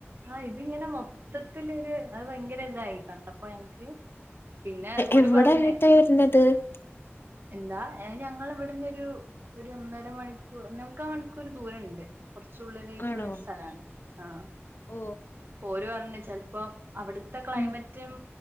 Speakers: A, on the right; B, on the left.
A: ആഹ ഇതിങ്ങനെ മൊത്തത്തിലൊരു അത് ഭയങ്കര ഇതായി കണ്ടപ്പോ ഞങ്ങൾക്ക് പിന്നെ ഓല്
B: എവിടെ
A: പറഞ്ഞു്
B: <unintelligible>
A: എന്താ <inaudible> ഞങ്ങൾ ഇവിടുന്ന് ഒരു ഒന്നര മണിക്കൂർ ഒന്നേമുക്കാ മണിക്കൂർ ദൂരോണ്ട്. കുറച്ചുള്ളിലേക്കുള്ള
B: ആണോ
A: സ്ഥലാണ് ആഹ്.
B: ഓ
A: ഓര് പറഞ്ഞു ചെലപ്പം അവിടുത്തെ ക്ലൈമറ്റ്
B: ഉം
A: റ്റം